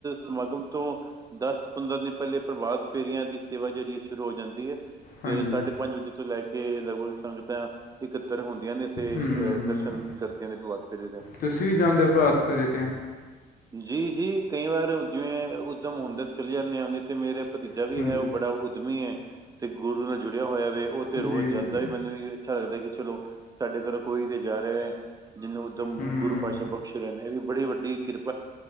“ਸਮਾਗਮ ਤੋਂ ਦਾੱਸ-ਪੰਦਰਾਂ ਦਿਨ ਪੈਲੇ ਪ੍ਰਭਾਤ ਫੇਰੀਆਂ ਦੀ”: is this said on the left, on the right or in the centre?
Right